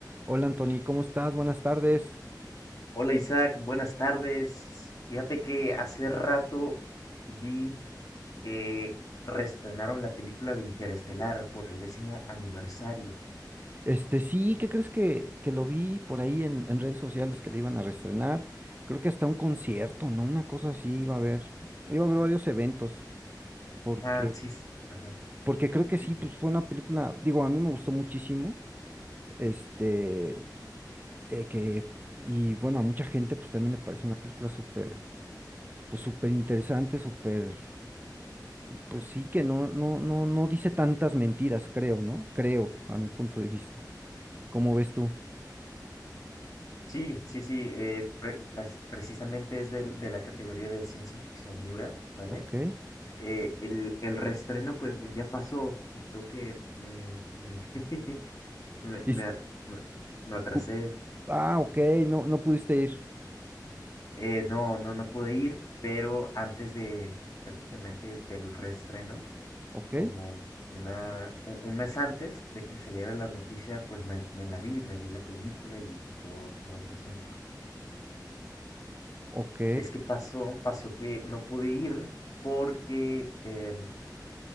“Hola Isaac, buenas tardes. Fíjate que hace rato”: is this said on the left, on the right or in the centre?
Left